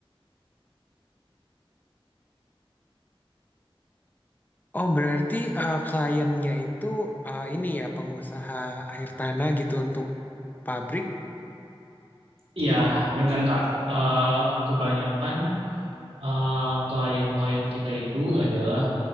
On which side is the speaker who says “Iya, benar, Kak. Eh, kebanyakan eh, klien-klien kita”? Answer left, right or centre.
Right